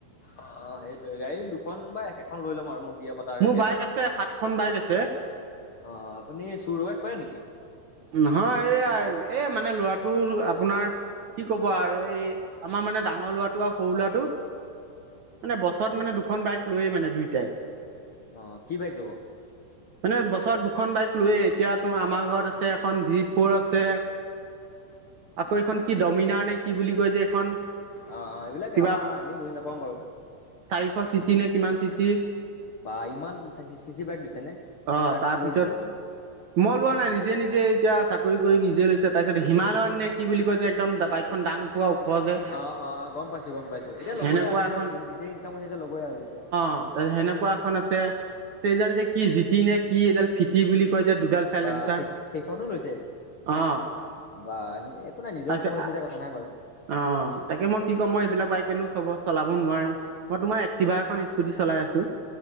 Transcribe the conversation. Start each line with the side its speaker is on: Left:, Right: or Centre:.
Left: অ সেইটোৱে গাড়ী দু- খন বাইক এখন লৈ ল'ম আৰু মই বিয়া পতা
Right: মোৰ
Left: আগে
Right: বাইক আছে সাতখন বাইক আছে
Left: অ আপুনি চুৰ দকাইত কৰে নেকি?
Right: নহয় এই এ মানে ল'ৰাটোৰ আপোনাৰ কি ক'ব আৰু এই আমাৰ মানে ডাঙৰ লৰাটো আৰু সৰু ল'ৰাটো মানে বছৰত মানে দুখন বাইক লৈয়ে মানে দুইটাই
Left: অ কি বাইক লব
Right: মানে বছৰত দুখন বাইক লোৱয়ে এতিয়াতো আমাৰ ঘৰত আছে এখন ভি ফ'ৰ আছে আকৌ এইখন কি দমিনাৰ নে কি বুলি কয় যে এইখন
Left: অ অ এইবিলাকে
Right: কিবা
Left: আমাৰ আমি বুজি নাপাম বাৰু
Right: চাৰিশ চিচি নে কিমান চিচি
Left: বা ইমান চিচি বাইক লৈছে নে
Right: অ
Left: তাক
Right: তাৰপিছত
Left: লৈ দিছে আপুনি
Right: মই লোৱা নাই নিজে নিজে এতিয়া চাকৰি কৰি নিজে লৈছে তাৰ পিছত হিমালয়ত নে কি বুলি যে একদম বাইকখন দাং খোৱা ওখ যে
Left: অ অ অ গম পাইছো গম পাইছো এতিয়া ল'বই
Right: সেনেকুৱা
Left: আৰু নিজৰ
Right: এখন
Left: নিজে ইনকাম হৈছে এতিয়া লবই আৰু যেতিয়া
Right: অ সেনেকুৱা এখন আছে চিজেল ডিক কিনে কি এইডাল দুডাল চাইলেঞ্চাৰ
Left: বা সেই সেইখনো লৈছে
Right: অ
Left: বা একো নাই নিজৰ
Right: তাৰপিছত
Left: ইনকাম লৈছে যে কথা নাই বাৰু।
Right: অ তাকে মই কি কম মই এইবিলাক বাই কো চ চলাব নোৱাৰি মই তোমাৰ এক্টিভা এখন স্কুটি চলাই আছো।